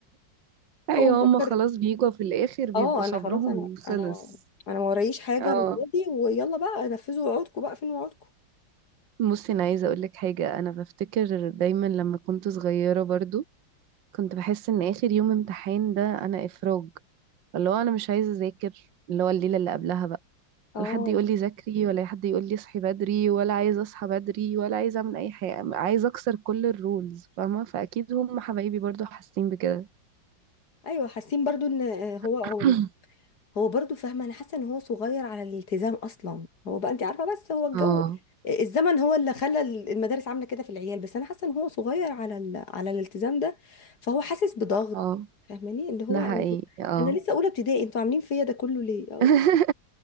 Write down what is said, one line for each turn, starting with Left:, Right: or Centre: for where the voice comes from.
Right: ايوه
Left: هو مفكر
Right: هما خلاص بيجوا في الآخر بيبقوا
Left: اه
Right: صبرهم
Left: انا خلاص انا
Right: خلص
Left: انا انا ما ورايش حاجه
Right: اه
Left: انا فاضي ويلا بقى نفذوا وعودكم بقى فين وعودكم
Right: بصي انا عايزه اقول لك حاجه انا بفتكر دايما لما كنت صغيره برضو كنت بحس ان اخر يوم امتحان ده انا افراج اللي هو انا مش عايزه اذاكر اللي هو الليله اللي قبلها بقى
Left: اه
Right: ولا حد يقول لي ذاكري ولا حد يقول لي اصحي بدري ولا عايزه اصحى بدري ولا عايزه اعمل اي حاجه عايزه اكسر كل الرولز فاهمه فاكيد هم حبايبي برضو حاسين بكده
Left: ايوه حاسين برضو ان آه، هو هو
Right: <laughs>
Left: هو برضو فاهمه انا حاسه ان هو صغير على الالتزام اصلا هو بقى انت عارفه بس هو الجو
Right: اه
Left: الزمن هو اللي خلى المدارس عامله كده في العيال بس انا حاسه ان هو صغير على ال... على الالتزام ده فهو حاسس بضغط
Right: اه
Left: فاهماني ان هو
Right: ده حقيقي اه
Left: انا لسه اولى ابتدائي انتوا عاملين فيا ده كله ليه اقول
Right: <laughs>
Left: له